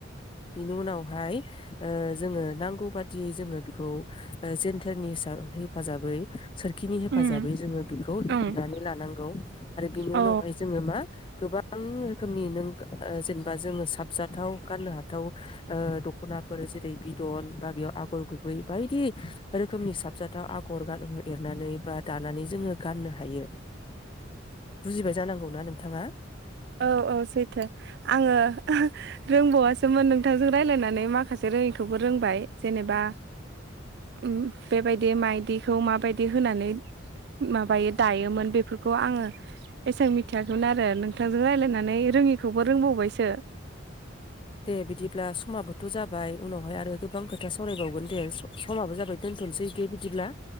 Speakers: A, on the left; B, on the right.
A: बिनि उनावहाय औ जोङो नांगौ बादियै जोङो बेखौ औ जेन्टारनि <unintelligible> हेफाजाबै सोरखिनि हेफाजाबै
B: उम
A: जोङो खौ लुनानै
B: उम
A: लानांगौ आरो बेनि
B: औ
A: उनावहाय जोङो मा गोबां रोखोमनि नों ओ जेनेबा जोङो साबजाथाव गाननो हाथाव ओ दख'नाफोर जेरै बिदन बा बेयाव आगर गुबै बायदि रोखोमनि साबजाथाव आगर गानोमोन। एरनानै बा दानानै जोङो गाननो हायो बुजिबाय जानांगौना नोंथाङा
B: औ औ सैथो आङो रोंबावासोमोन नोंथांजों रायलायनानै माखासे रोङिखौबो रोंबाय। जेनेबा उम बेबायदि मायदिखौ माबायदि होनानै माबायो दायोमोन बे बेखौ आङो एसेबां मिथियाखैमोन आरो नों नोंथांजों रायलियनानै रोङिखौबो रोंबावबायसो।
A: दे बिदि ब्ला समाबोथ जाबाय उनावहाय आरो गोबां खोथा सावरायबावगोन दे स-समाबो जाबाय दोन्थनोसै दि बिदि बिदिब्ला